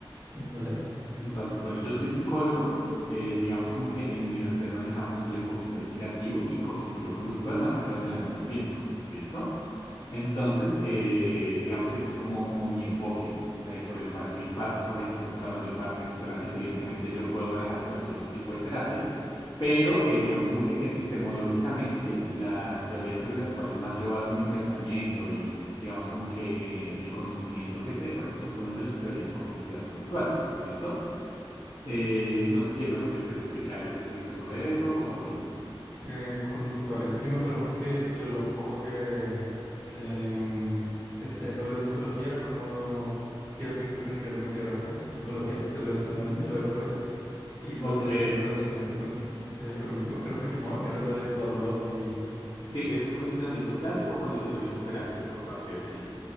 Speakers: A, on the left; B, on the left.
A: Mm, Dale.
B: Entonces, bueno, yo soy psicólogo. eh, digamos como que en mi universidad manejamos el enfoque investigativo y cognitivo-conductual, más que todo en el ámbito clínico. ¿Listo? Entonces, eh, digamos que ese es como, como mi enfoque eh, sobre el cual yo imparto, por ejemplo, pues la mayor parte de mis terapias. Evidentemente yo puedo manejar cualquier otro tipo de terapia, pero eh, digamos como que epistemológicamente las teorías sobre las cuales más yo baso mi pensamiento y digamos como que eh, el conocimiento que sé, pues es justamente las teorías cognitivas conductuales. ¿Listo? Eh, no sé si de pronto quieres que te explique algo específico sobre eso o continúo.
A: Es que conductuales. Es que me acuerdo porque yo lo poco que, que, mm, que sé sobre psicología era como... Y eso que creo que ni siquiera se considera actualmente psicología, que es lo de psicoanálisis
B: Ujú.
A: y lo de Freud. y lo
B: Ok,
A: del condicionamiento con- eh, cognitivo, creo que se llamaba, que era lo de Pavlov y...
B: Sí, eso es condicionamiento clásico o condicionamiento operante por parte de Skinner.